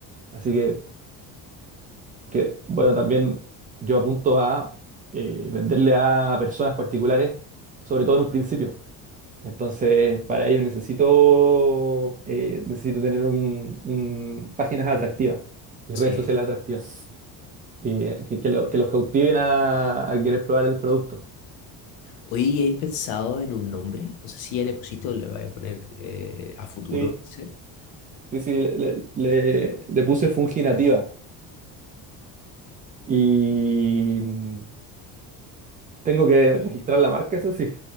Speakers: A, on the right; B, on the left.
A: Así que que, bueno, también yo apunto a eh, venderle a personas particulares, sobre todo en un principio. Entonces, para ello necesito, eh, necesito tener un, un- páginas atractivas y
B: Sí.
A: redes sociales atractivas, y eh, que, que lo- que los cautiven a, a querer probar el producto.
B: Hoy he pensado en un nombre, no sé si ya le pusiste o le voy a poner eh, a futuro
A: Sí,
B: ese.
A: sí, sí, le, le- le puse Funginativa y mm, tengo que registrar la marca, eso sí.